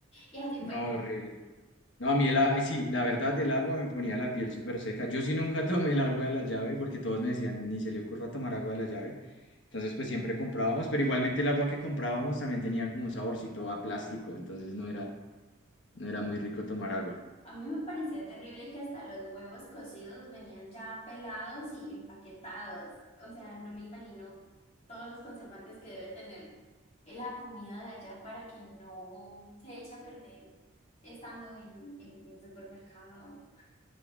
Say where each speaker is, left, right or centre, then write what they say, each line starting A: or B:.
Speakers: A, on the left (about 30°); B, on the left (about 65°).
A: Y así
B: No,
A: fue.
B: horrible. No, a mí el, a- ay, sí, la verdad, el agua me ponía la piel súper seca. Yo sí nunca <laughs> tomé el agua de la llave porque todos me decían, ni se le ocurra tomar agua de la llave. Entonces, pues siempre comprábamos, pero igualmente el agua que comprábamos también tenía como un saborcito a plástico, entonces no era, no era muy rico tomar agua.
A: A mí me parecía terrible que hasta los huevos cocidos venían ya pelados y empaquetados. O sea, no me imagino todos los conservantes que debe tener la comida de allá para que no se eche a perder estando en, en el supermercado. <laughs>